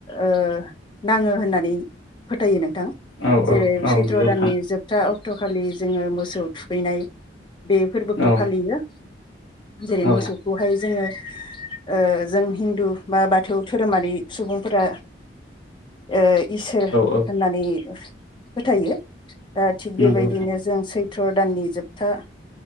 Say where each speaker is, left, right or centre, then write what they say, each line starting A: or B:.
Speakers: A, on the left; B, on the left.
A: ओ नाङो होननानै फोथायो नोंथां
B: औ
A: जेरै
B: औ
A: सैत्र
B: नंगौ नोंथां
A: दाननि जोब था अक्टखालि जोङो मोसौ थुखैनाय बे फोरबोखौ
B: औ
A: फालियो जेरै
B: औ
A: मोसौखौहाय जोङो ओ जों हिन्दु बा बाथौ धोरोमारि सुबुंफोरा ओ इसोर
B: औ
A: होननानै फोथायो दा थिग
B: नंगौ
A: बेबायदिनो जों सैथ्र' दाननि जोबथा